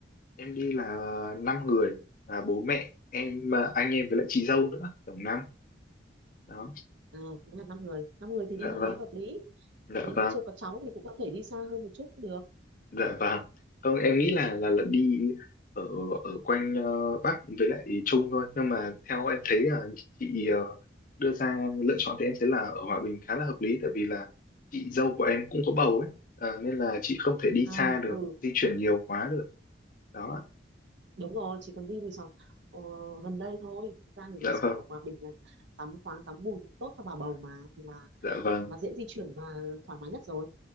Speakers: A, on the left; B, on the right.
A: em đi là năm người là bố mẹ em à, anh em với lại chị dâu nữa tổng năm đó
B: à thế là năm người năm người thì
A: dạ
B: đi như
A: vâng
B: thế hợp lý
A: dạ
B: nếu
A: vâng
B: mà chưa có cháu thì cũng có thể đi xa hơn một chút cũng được
A: Dạ vâng. Không, em nghĩ là là là đi ở ở quanh ờ, Bắc với lại Trung thôi. Nhưng mà theo em thấy là chị ờ, đưa ra lựa chọn thì em thấy là ở Hòa Bình khá là hợp lý tại vì là chị dâu của em cũng có bầu ấy. Ờ, nên là chị không thể đi
B: à
A: xa được,
B: ừ
A: di chuyển nhiều quá được. Đó.
B: đúng rồi chỉ cần đi resort ờ, gần đây thôi Thực ra thì
A: Dạ
B: resort
A: vâng.
B: ở Hòa Bình là tắm khoáng tắm bùn cũng tốt cho bà bầu mà thì là
A: Dạ vâng.
B: là dễ di chuyển và thoải mái nhất rồi